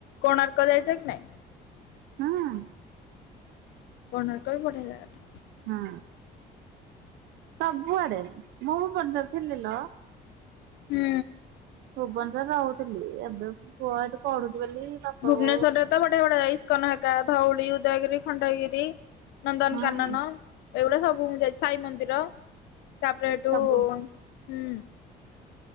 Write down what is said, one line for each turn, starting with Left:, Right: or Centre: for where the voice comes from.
Left: କୋଣାର୍କ ଯାଇଛ କି ନାହିଁ?
Right: ହଁ।
Left: କୋଣାର୍କ ବି ବଢିଆ ଯାଗାଟେ।
Right: ହୁଁ ସବୁଆଡେ। ମୁଁ ବି <unintelligible> ରେ ଥିଲି ଲୋ।
Left: ହୁଁ।
Right: ଭୁବନେଶ୍ୱରରେ ରହୁଥିଲି। ଏବେ ପୁଅ ଏଇଠି ପଢୁଛି ବୋଲି ବାପା
Left: ଭୁବନେଶ୍ୱରରେ
Right: ବୋଉ
Left: ତ ବଢିଆ ବଢିଆ ଇସ୍କନ ଘରିକା ଧଉଳି, ଉ ଦୟଗିରି, ଖଣ୍ଡଗିରି, ନନ୍ଦନକାନନ
Right: ହୁଁ
Left: ଏଇଗୁଡା ସବୁ ମୁଁ ଯାଇଛି। ସାଇ ମନ୍ଦିର ତା ପରେ ସେଇଠୁ
Right: ସବୁ
Left: ହୁଁ